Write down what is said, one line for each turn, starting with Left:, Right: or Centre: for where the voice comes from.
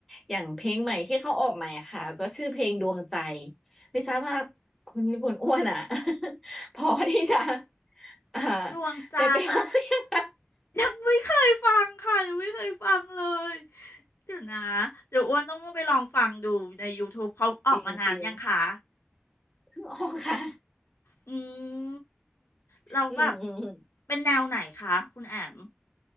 Centre: อย่างเพลงใหม่ที่เขาออกใหม่อะค่ะก็ชื่อเพลงดวงใจไม่ทราบว่าคุณคุณอ้วนอ่ะ <laughs> พอที่จะอ่า
Left: ดวงใจ
Centre: ได้ไปฟังหรือยังคะ
Left: ยังไม่เคยฟังค่ะยังไม่เคยฟังเลยเดี๋ยวนะเดี๋ยวอ้วนต้องไปลองฟังดูใน YouTube เขาออกมานานยังคะ
Centre: <laughs> จริงจริงเพิ่งออกค่ะ
Left: อืมเราแล้วแบบ
Centre: อืมอืม
Left: เป็นแนวไหนคะคุณแอม